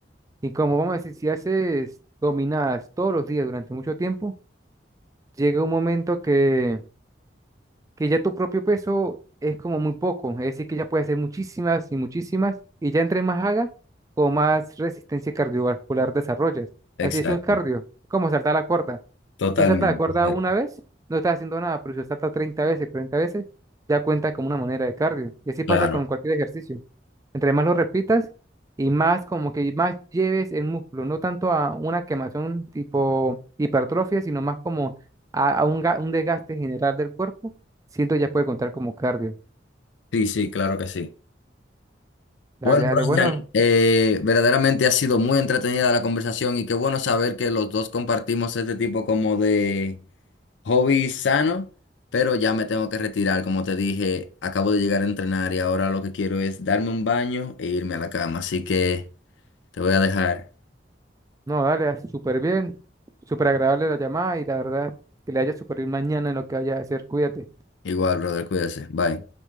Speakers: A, on the right (about 20°); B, on the left (about 80°).
A: y como vamos a decir, si haces dominadas todos los días durante mucho tiempo, llega un momento que, que ya tu propio peso es como muy poco, es decir, que ya puedes hacer muchísimas y muchísimas y ya entre más hagas, con más resistencia cardiovascular desarrollas. Así
B: Exacto,
A: eso es cardio, es como saltar la cuerda.
B: totalmente.
A: Si tú saltas la cuerda una vez, no estás haciendo nada, pero si lo saltas 30 veces, 40 veces, ya cuenta como una manera de cardio. Y así
B: Claro.
A: pasa con cualquier ejercicio. Entre más lo repitas y más como que más lleves el músculo, no tanto a una quemación tipo hipertrofia, sino más como a, a un, ga- un desgaste general del cuerpo, siento ya puede contar como cardio.
B: Sí, sí, claro que sí.
A: Dale,
B: Bueno,
A: dale,
B: Brian,
A: bueno,
B: eh, verdaderamente ha sido muy entretenida la conversación y qué bueno saber que los dos compartimos este tipo como de hobby sano, pero ya me tengo que retirar, como te dije, acabo de llegar a entrenar y ahora lo que quiero es darme un baño e irme a la cama, así que te voy a dejar.
A: no, dale, súper bien, súper agradable la llamada y la verdad que le haya súper bien mañana en lo que vaya a hacer, cuídate.
B: Igual, brother, cuídese. Bye.